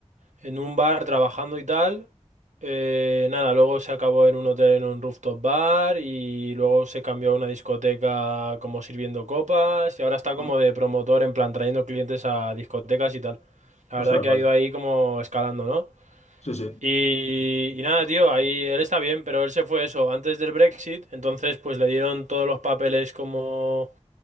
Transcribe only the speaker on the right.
en un bar trabajando y tal. eh, nada, luego se acabó en un hotel en un rooftop bar y luego se cambió a una discoteca como sirviendo copas y ahora está
como de promotor en plan trayendo clientes a discotecas y tal. La
verdad que
ha ido ahí como escalando, ¿no?
Y, y nada, tío, ahí él está bien, pero él se fue eso antes del Brexit, entonces pues le dieron todos los papeles como